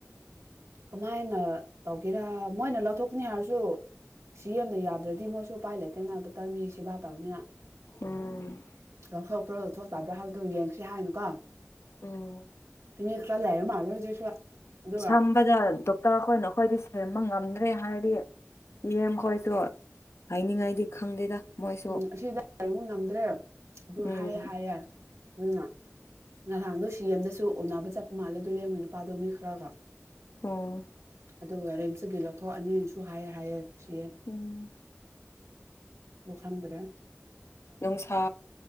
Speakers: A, on the right; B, on the left.
A: ꯀꯃꯥꯏꯅ ꯇꯧꯒꯦꯔꯥ ꯃꯣꯏꯅ ꯂꯧꯊꯣꯛ ꯅꯤ ꯍꯥꯏꯔꯁꯨ ꯁꯤ ꯌꯦꯝꯅ ꯌꯥꯗ꯭ꯔꯥꯗꯤ ꯃꯣꯏꯁꯨ ꯎꯄꯥꯏ ꯂꯩꯇꯦꯅ ꯗꯛꯇꯔꯃꯤ ꯁꯦꯕꯥ ꯇꯧꯅꯤꯅ
B: ꯎꯝ
A: ꯂꯧꯊꯣꯛꯄ꯭ꯔꯥ ꯂꯧꯊꯣꯛꯇꯕ꯭ꯔꯥ ꯍꯥꯏꯕꯗꯣ ꯌꯦꯡꯁꯤ ꯍꯥꯏꯅꯀꯣ
B: ꯎꯝ
A: ꯃꯤ ꯇꯜꯂꯩꯔꯕ ꯃꯥꯜꯂꯦ ꯍꯧꯖꯤꯛꯁꯨ ꯑꯗꯨꯒ
B: ꯁꯝꯕꯗ ꯗꯣꯛꯇꯔ ꯑꯩꯈꯣꯏꯅ ꯑꯩꯈꯣꯏꯗꯤ ꯁꯦꯝꯕ ꯉꯝꯗꯦ ꯔꯦ ꯍꯥꯏꯔꯗꯤ ꯁꯤꯑꯦꯝ ꯈꯣꯏꯁꯨ ꯍꯥꯏꯅꯤꯡꯉꯥꯏꯗꯤ ꯈꯪꯗꯦꯗ ꯃꯣꯏꯁꯨ
A: ꯎꯝ ꯑꯁꯤꯗ ꯕ ꯉꯝꯗ꯭ꯔꯦ ꯑꯗꯨ
B: ꯎꯝ
A: ꯍꯥꯏꯌꯦ ꯍꯥꯏꯌꯦ ꯑꯗꯨꯅ ꯉꯔꯥꯡꯗꯣ ꯁꯤ ꯑꯦꯝꯗꯁꯨ ꯎꯅꯕ ꯆꯠꯄ ꯃꯥꯜꯂꯦꯗꯣ ꯂꯦꯡꯕ ꯅꯨꯄꯥꯗꯣ ꯃꯤ ꯈꯔꯒ
B: ꯑꯝ
A: ꯑꯗꯨꯒ ꯔꯤꯝꯁꯇꯒꯤ ꯂꯧꯊꯣꯛꯑꯅꯤꯁꯨ ꯍꯥꯏꯌꯦ ꯍꯥꯏꯌꯦ ꯁꯤ
B: ꯎꯝ
A: ꯗꯣ ꯈꯪꯗꯔꯦ
B: ꯅꯨꯡꯁꯥ